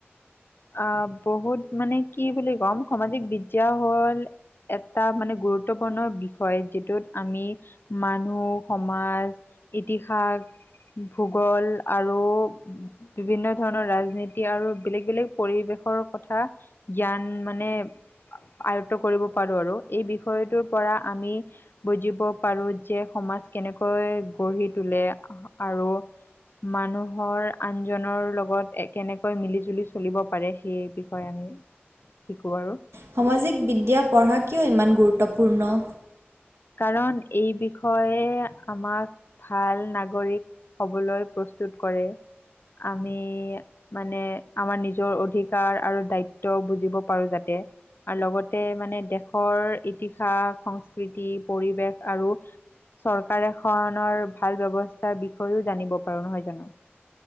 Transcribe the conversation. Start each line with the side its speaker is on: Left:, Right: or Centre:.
Left: আহ বহুত মানে কি বুলি কম সামাজিক বিদ্যা হ'ল এটা মানে গুৰুত্বপূৰ্ণ বিষয় যিটোত আমি মানুহ সমাজ ইতিহাস ভূগোল আৰু বিভিন্ন ধৰণৰ ৰাজনীতি আৰু বেলেগ বেলেগ পৰিৱেশৰ কথা জ্ঞান মানে আয়ত্ত কৰিব পাৰোঁ আৰু এই বিষয়টোৰ পৰা আমি বুজিব পাৰোঁ যে সমাজ কেনেকৈ গঢ়ি তোলে আৰু মানুহৰ আনজনৰ লগত কেনেকৈ মিলি জুলি চলিব পাৰে সেই বিষয়ে আমি শিকোঁ আৰু
Right: সামাজিক বিদ্যা পঢ়া কিয় ইমান গুৰুত্বপূৰ্ণ
Left: কাৰণ এই বিষয়ে আমাক ভাল নাগৰিক হ'বলৈ প্ৰস্তুত কৰে আমি মানে আমাৰ নিজৰ অধিকাৰ আৰু দায়িত্ব বুজিব পাৰোঁ যাতে আৰু লগতে মানে দেশৰ ইতিহাস সংস্কৃতি পৰিৱেশ আৰু চৰকাৰ এখনৰ ভাল ব্যস্থাৰ বিষয়েও জানিব পাৰোঁ নহয় জানো